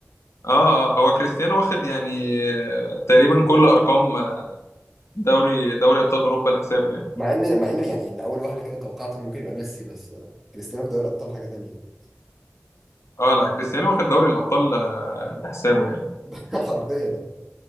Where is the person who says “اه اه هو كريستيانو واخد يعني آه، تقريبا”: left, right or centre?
Left